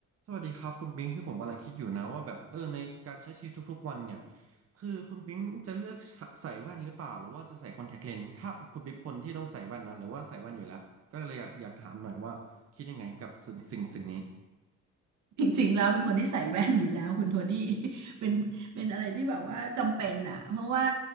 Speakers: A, on the right; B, on the right.
A: สวัสดีครับคุณปิงคือผมกำลังคิดอยู่นะว่าแบบเออในการใช้ชีวิตทุกๆวันเนี่ยคือคุณปิงจะเลือกใส่แว่นหรือเปล่าหรือว่าจะใส่คอนแทคเลนส์ถ้าเป็นคุณปิงเป็นคนที่ต้องใส่แว่นนะหรือว่าใส่แว่นอยู่แล้วก็เลยอยากอยากถามหน่อยว่าคิดยังไงกับสิ่งสิ่งสิ่งนี้
B: จริงๆแล้วเป็นคนที่ใส่แว่นอยู่แล้วคุณโทนี่ <laughs> เป็นเป็นอะไรที่แบบว่าจำเป็นอ่ะเพราะว่า